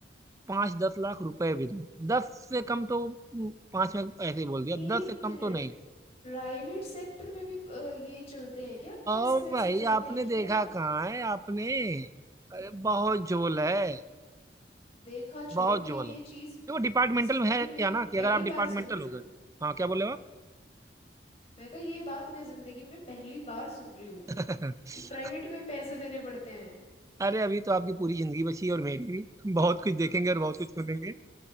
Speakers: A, on the right; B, on the left.
A: पांच दस लाख रुपए भी दूं दस से कम तो हम्म, पांच में ऐसे ही बोल दिया
B: एक
A: दस से कम
B: मिनट
A: तो नहीं
B: प्राइवेट सेक्टर में भी अ, ये चलते हैं क्या
A: और
B: पैसे वैसे
A: भाई
B: चलते
A: आपने
B: हैं
A: देखा
B: क्या
A: कहाँ है आपने अरे बहुत झोल है
B: देखा छोड़ो
A: बहुत
B: मैं
A: झोल
B: ये
A: है देखो
B: चीज
A: डिपार्टमेंटल
B: जिंदगी
A: में है क्या
B: में पहली
A: ना कि अगर आप डिपार्टमेंटल
B: बार सुन रही हूँ
A: हो गए हाँ क्या बोले आप
B: मैं कहा ये बात मैं जिंदगी में पहली बार सुन रही हूँ
A: <laughs>
B: कि प्राइवेट में पैसे देने पड़ते हैं
A: अरे अभी तो आपकी पूरी जिंदगी बची है और मेरी भी बहुत कुछ देखेंगे और बहुत कुछ सुनेंगे